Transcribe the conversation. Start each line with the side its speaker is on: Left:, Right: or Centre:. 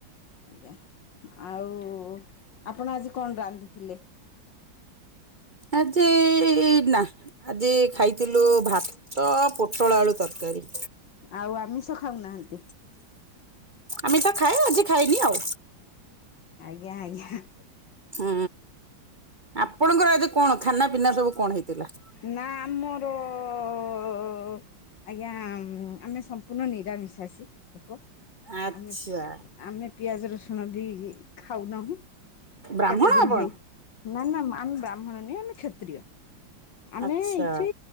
Left: ଆଜ୍ଞା, ଆଉ-ଉ ଆପଣ ଆଜି କଣ ରାନ୍ଧିଥିଲେ?
Right: ଆଜି-ଇ ନା। ଆଜି ଖାଇଥିଲୁ, ଭାତ, ପୋଟଳ ଆଳୁ ତରକାରୀ।
Left: ଆଉ, ଆମିଷ ଖାଉନାହାଁନ୍ତି?
Right: ଆମିଷ ଖାଏ, ଆଜି ଖାଇନି ଆଉ।
Left: ଆଜ୍ଞା, ଆଜ୍ଞା।
Right: ହୁଁ, ଆପଣଙ୍କର ଆଜି କଣ? ଖାନା ପିନା ସବୁ କଣ ହେଇଥିଲା?
Left: ନା ଆମର-ଅ-ଅ ଆଜ୍ଞା, ଆମେ ସମ୍ପୂର୍ଣ୍ଣ ନିରାମିଷାଶି ଲୋକ।
Right: ଆଚ୍ଛା
Left: ଆମେ, ଆମେ ପିଆଜ ରସୁଣ ବି ଖାଉନାହୁଁ।
Right: ବ୍ରାହ୍ମଣ
Left: କେତେ ଦିନ
Right: ଆପଣ
Left: ହେଇ, ନା ନା ଆମେ ବ୍ରାହ୍ମଣ ନୁହଁ। ଆମେ କ୍ଷତ୍ରିୟ। ଆମେ
Right: ଆଚ୍ଛା।
Left: ଏଇଠି